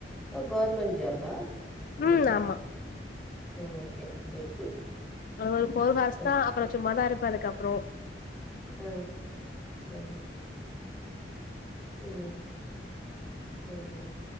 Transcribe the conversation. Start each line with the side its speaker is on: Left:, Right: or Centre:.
Centre: கவரமெ் ஜபா உண்டு
Left: ம் ஆமா
Centre: ஓகே குட்
Left: ஒரு போர் ஹார்ஸ்
Centre: அ அ
Left: தா அப்புறம் சும்மாதா இருப்ப அதுக்கப்புற அப்றோம்
Centre: ஆ ஆ உம் சரி